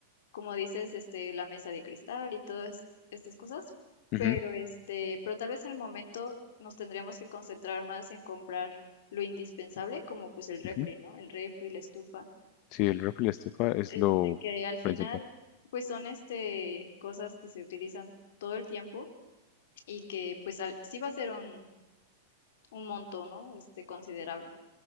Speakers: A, on the left; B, on the left.
A: como dices, este, la mesa de cristal y todas estas cosas,
B: ujú,
A: pero este, pero tal vez en el momento nos tendríamos que concentrar más en comprar lo indispensable, como pues el refri,
B: ujú.
A: ¿no? El refri, la estufa,
B: Sí, el refri y la estufa es
A: este,
B: lo
A: que al final,
B: principal.
A: pues son este, cosas que se utilizan todo el tiempo y que pues al- sí va a ser un, un monto, ¿no? Este considerable.